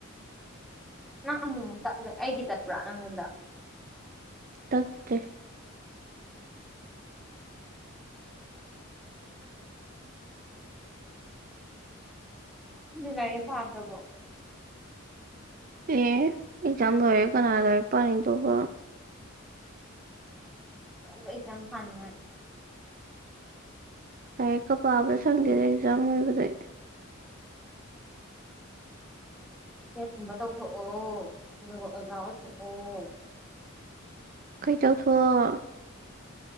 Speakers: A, in the centre; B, on the right.
A: ꯅꯪ ꯑꯃꯨꯃꯨꯛ ꯇꯠꯂꯦ ꯑꯩꯒꯤ ꯇꯠꯄ꯭ꯔꯥ ꯅꯪꯉꯣꯟꯗ
B: ꯇꯠꯇꯦ
A: ꯅꯪꯗꯤ ꯂꯥꯏꯔꯤꯛ ꯄꯥꯗ꯭ꯔꯕꯣ
B: ꯑꯦ ꯑꯦꯛꯖꯥꯝ ꯂꯣꯏꯔꯦ ꯀꯅꯥꯅ ꯂꯥꯏꯔꯤꯛ ꯄꯥꯅꯤꯡꯗꯣꯏꯕ
A: ꯑꯆꯧꯕ ꯑꯦꯛꯖꯥꯝ ꯊꯅꯤꯡꯉꯥꯏ
B: ꯂꯥꯏꯔꯤꯛꯀ ꯄꯥꯕ ꯁꯪꯗꯦꯗ ꯑꯦꯛꯖꯥꯝ ꯂꯣꯏꯕꯗꯩ
A: ꯕꯦꯠꯀꯨꯝꯕ ꯇꯧꯊꯣꯛꯑꯣ ꯑꯗꯨꯒ ꯑꯣꯖꯥ ꯑꯣꯏꯊꯣꯛꯑꯣ
B: ꯀꯩ ꯇꯧꯊꯣꯛꯑꯣ